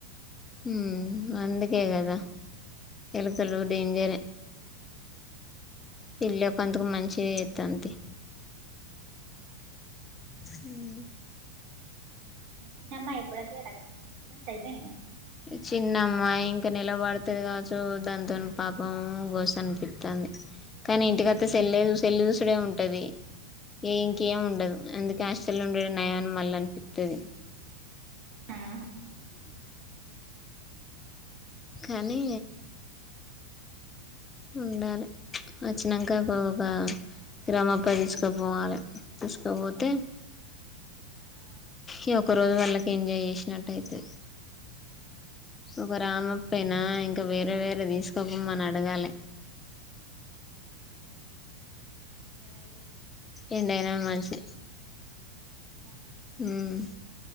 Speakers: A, on the left; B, on the right.
A: ఉమ్ అందుకే కదా ఎలుకలు డేంజర్ ఎ
B: అ
A: పెళ్ళి కొంతకు మంచిగ చేత్తం తి
B: ఆ
A: హు ఉ
B: చిన్నమ్మా ఎప్పుడుత డాకమ్మా ఎగ్జామ్స్ అయిపోయినాయ
A: చిన్నమ్మా ఇంకా నిలబడుతది కావచ్చు దానితో పాపం గోస అనిపిత్తాంది కానీ ఇంటికి వత్తె సెల్ సెల్లు చూడే ఉండు ది ఇంకేం ఉండదు అందుక్ క్యాస్టల్ ఉండే నయా న్ మళ్ళ ఇత్తది
B: ఆహా
A: కానీ ఉండాలి వచ్చినంక ఒ ఒక గ్రామప్పకు తీసుకుపోవాలే తీసుకోపోతే
B: ఆ
A: ఇ ఒక రోజు వాళ్ళకి ఎంజాయ్ చేసినట్టయితది. ఒక రామప్పయినా ఇంకా వేరే వేరే తీసుకుపోమ్మని అడగాల.
B: ఆ నేనై
A: ఎంటైనా మంచి
B: ఆ
A: మ్మ్